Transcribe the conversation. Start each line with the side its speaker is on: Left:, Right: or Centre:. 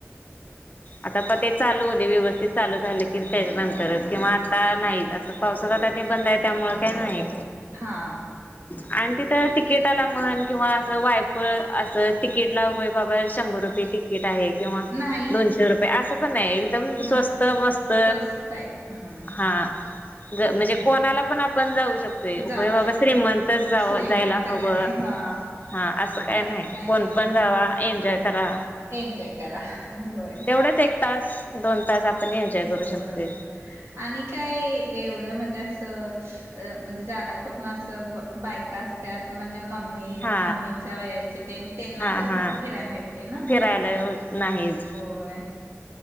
Left: आता पते चालू होवू दे व्यवस्थित चालू झालं की त्याच्यानंतरच किंवा आता नाही असं पावसात आता ते बंद आहे त्यामुळे काय नाही.
Right: हा.
Left: आणि तिथं तिकीटाला म्हनं, किंवा असं वायफळ असं तिकीटला होय, बाबा शंभर रुपये ति कीट आहे किंवा
Right: नाही
Left: दोनशे शे रुपये, असं पण नाहीये एकदम
Right: नाही
Left: स्वस्त मस्त,
Right: स्वस्त आहे हम्म.
Left: हा. होय
Right: हम्म
Left: म्हणजे कोणाला पण आपण जाऊ शक तोय.
Right: जाऊ
Left: होय बाबा
Right: शकते.
Left: श्रीमंतच जाव
Right: श्रीमंत
Left: जायला हवं,
Right: गरीब हा
Left: हा असं काय
Right: तसं
Left: नाही.
Right: काही
Left: कोण
Right: आहे
Left: पण जावा
Right: तिथे.
Left: एन्जॉय करा.
Right: एन्जॉय करा, होय.
Left: थोडच एक तास, दोन तास आपण एन्जॉय करू
Right: होय.
Left: शकतोय.
Right: आणि काय एवढं म्हणजे असं अ म्हणजे जादा कोण असं बायका अस त्यात म्हणजे मम्मी
Left: हा
Right: मम्मींच्या वयाचे तेन, तेन्हा
Left: हा
Right: तरं
Left: हा
Right: कुठं फिरायला मिळते ना.
Left: फिरायला हे होत नाहीत.
Right: होय.